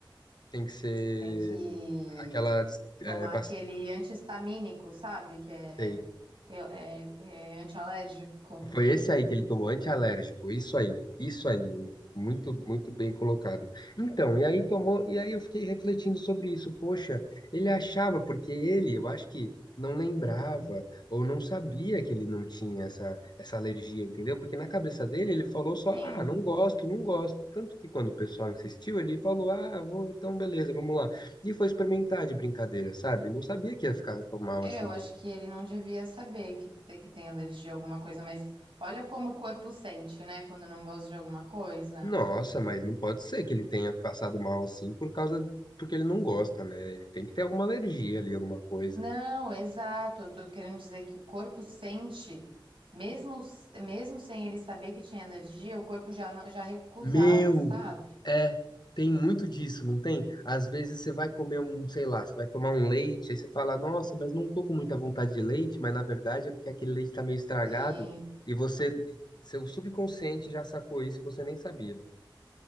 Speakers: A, on the left; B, on the right.
A: Tem que ser
B: Tem que
A: aquela.
B: tomar
A: É, vac-
B: aquele anti-histamínico, sabe? Que é,
A: sei.
B: eu- é, é antialérgico.
A: Foi esse aí que ele tomou antialérgico, isso aí, isso aí, menina. Muito, muito bem colocado. Então, e aí tomou, e aí eu fiquei refletindo sobre isso. Poxa, ele achava, porque ele, eu acho que não lembrava
B: Hum,
A: ou não sabia que ele não tinha essa, essa alergia, entendeu? Porque na cabeça dele ele falou só,
B: Sim.
A: ah, não gosto, não gosto. Tanto que quando o pessoal insistiu, ele falou, ah, vou, então beleza, vamos lá. E foi experimentar de brincadeira, sabe? Não sabia que ia ficar tão mal
B: É,
A: assim
B: Eu acho que ele não devia saber que, te- que tem alergia a alguma coisa, mas olha como o corpo sente, né? Quando não gosta de alguma coisa.
A: Nossa, mas não pode ser que ele tenha passado mal assim por causa porque ele não gosta, né? Ele tem que ter alguma alergia ali, alguma coisa.
B: Não, exato. Eu tô querendo dizer que o corpo sente, mesmo, s- mesmo sem ele saber que tinha alergia, o corpo já, não- já recusava,
A: Meu,
B: sabe?
A: é, tem muito disso, não tem? Às vezes você vai comer um, sei lá, você vai tomar um leite, aí você fala, nossa, mas não tô com muita vontade de leite, mas na verdade é porque aquele leite tá meio estragado
B: Sim,
A: e você, seu subconsciente já sacou isso e você nem sabia.